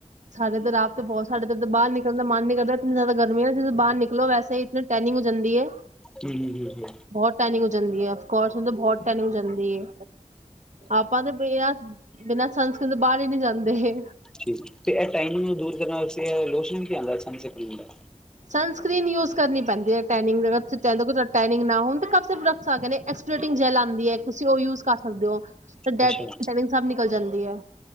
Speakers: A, on the right (about 75°); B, in the centre.
A: ਸਾਡੇ ਤਾਂ ਰਾਤ ਬਹੁਤ ਠੰਢ ਜਦੋਂ ਬਾਹਰ ਨਿਕਲਨ ਦਾ ਮਨ ਨੀ ਕਰਦਾ ਹੁਣ ਤਾਂ ਗਰਮੀ ਏ ਜਦੋਂ ਬਾਹਰ ਨਿਕਲੋ ਵੈਸੇ ਹੀ ਇਤੇ ਟੈਨਿੰਗ ਹੋ ਜਾਂਦੀ ਹੈ।
B: ਹੂੰ ਹੂੰ ਹੂੰ
A: ਬਹੁਤ ਟੈਨਿੰਗ ਹੋ ਜਾਂਦੀ ਅਫ਼ਕੋਸ ਉਦੋਂ ਬਹੁਤ ਟੈਨਿੰਗ ਜਾਂਦੀ ਏ। ਆਪਾਂ ਤੇ ਬਿਨਾਂ ਬਿਨਾਂ ਸੰਨਸਕ੍ਰੀਨ ਦੇ ਬਾਹਰ ਹੀ ਨਹੀਂ ਜਾਂਦੇ।
B: ਠੀਕ ਤੇ ਇਹ ਟਾਈਨਿੰਗ ਨੂੰ ਦੂਰ ਕਰਨ ਵਾਸਤੇ ਲੋਸ਼ਨ ਵੀ ਆਦਾ ਸਨਸਕ੍ਰੀਨ ਦਾ।
A: ਸਨਸਕ੍ਰੀਨ ਯੂਸ ਕਰਨੀ ਪੈਂਦੀ ਟੈਨਿੰਗ ਵੈਗੇਰਾ ਤੁਸੀ ਚਾਹੁੰਦੇ ਹੋ ਤੁਹਾਡੇ ਟੈਨਿੰਗ ਨਾ ਹੋਵੇ ਤਾਂ ਕਮ ਸੇ ਕਮ ਪ੍ਰੋਡਕਟ ਆ ਗਏ ਨੇ। ਐਕਸਪਲੋਟਿੰਗ ਜ਼ੈਲ ਆਦੀ ਐ ਤੁਸੀਂ ਓ ਯੂਸ ਕਰ ਸਕਦੇ ਓ ਓਦੇ
B: ਅੱਛਾ
A: ਨਾਲ ਟੈਨਿੰਗ ਸਬ ਨਿਕਲ ਜਾਂਦੀ ਏ।